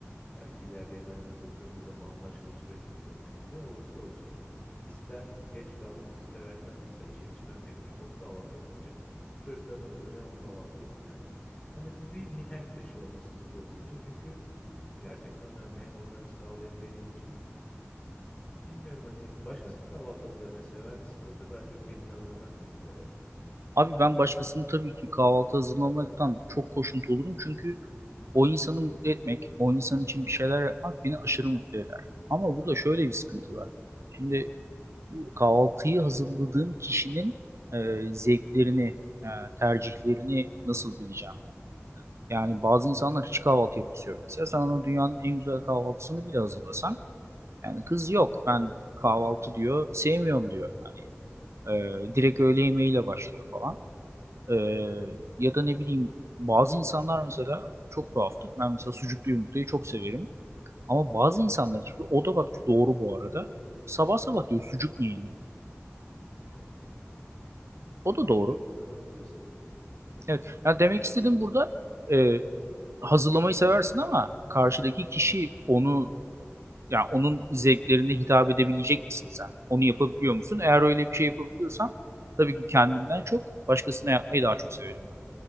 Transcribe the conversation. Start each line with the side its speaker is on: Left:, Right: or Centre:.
Left: belki ileride evlendiğim çocuklarımla da bambaşka bir süreç olacak. Hani ne olursa olsun ister geç kalktım ister erken uyandım ister işe yetişmem gerekiyor. O kahvaltı yapılacak. Çocuklarımla oturacağım o kahvaltı yapacağım. Hani bu bir mihenk taşı olması istiyorum benim için çünkü gerçekten önemli hem onların sağlığı hem benim için. Bilmiyorum hani başkasına kahvaltı hazırlamayı sever misin yoksa daha çok kendini hazırlamak mı mutlu eder?
Right: Abi ben başkasını tabii ki kahvaltı hazırlamaktan çok hoşnut olurum. Çünkü o insanı mutlu etmek, o insan için bir şeyler yapmak beni aşırı mutlu eder. Ama burada şöyle bir sıkıntı var. Şimdi kahvaltıyı hazırladığım kişinin e, zevklerini, e, tercihlerini nasıl bileceğim ben? Yani bazı
Left: Hmm.
Right: insanlar hiç kahvaltı yapısı yok. Mesela sen ona dünyanın en güzel kahvaltısını bile hazırlasan Yani kız yok ben kahvaltı diyor sevmiyorum diyor. Hani e, direkt öğle yemeğiyle başlıyor falan. E, ya da ne bileyim bazı insanlar mesela çok tuhaftır. Ben mesela sucuklu yumurtayı çok severim. Ama bazı insanlar çünkü o da bak doğru bu arada. Sabah sabah diyor sucuk mu yenir?
Left: <laughs> O da
Right: O
Left: ilginçmiş.
Right: da doğru.
Left: Ne zaman yiyeceğiz sucuğu? <laughs>
Right: Evet. Yani demek istediğim burada e, hazırlamayı seversin ama karşıdaki kişi onu yani onun zevklerine hitap edebilecek misin sen? Onu yapabiliyor musun? Eğer öyle bir şey yapabiliyorsan tabii ki kendimden çok başkasına yapmayı daha çok severim ben.